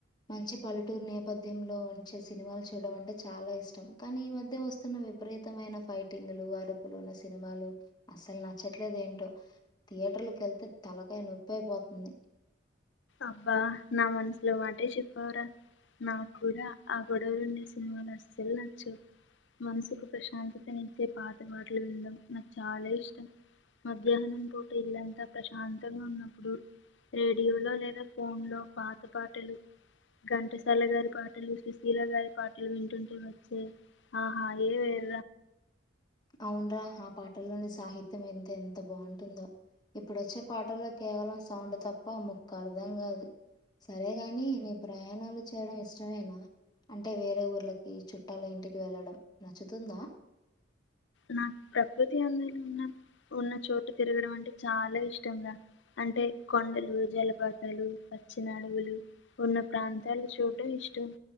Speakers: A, on the left; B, on the left.
A: మంచి పల్లెటూరు నేపథ్యంలో ఉంచే సినిమాలు చూడడం అంటే చాలా ఇష్టం కానీ ఈ మధ్య వస్తున్న విపరీతమైన ఫైటింగ్లు అరుపులున్న సినిమాలు అసలు న నచ్చట్లేదు ఏంటో థియేటర్లకు వెళ్తే తలకాయ నొప్పి అయిపోతుంది
B: అబ్బా నా మనసులో మాటే చెప్పావురా నా కూడా ఆ గొడవలుండే సినిమాలు అసలు నచ్చు మనసుకు ప్రశాంతతనిచ్చే పాత పాటలు వినడం నాకు చాలా ఇష్టం మధ్యాహ్నం పూట ఇల్లంతా ప్రశాంతంగా ఉన్నప్పుడు రేడియో లో లేదా ఫోన్లో పాత పాటలు ఘంటసాల గారి పాటలు సుశీల గారి పాటలు వింటుంటే వచ్చే ఆహా ఏవ ఎ
A: అవున్రా ఆ పాటల్లోని సాహిత్యం ఎంత ఎంత బాగుంటుందో ఇప్పుడు వచ్చే పాటల్లో కేవలం సౌండ్ తప్ప ముక్క అర్ధం కాదు సరేగాని నీ ప్రయాణాలు చేయడం ఇష్టమేనా అంటే వేరే ఊర్లకి చుట్టాల ఇంటికి వెళ్ళడం నచ్చుతుందా
B: నాకు ప్రకృతి అందలో ఉన్న ఉన్న చోటు తిరగడం అంటే చాలా ఇష్టంగా అంటే కొండలు జలపాతాలు పచ్చిన అడగులు పన్న ప్రాంతాలు చూడ్డం ఇష్టం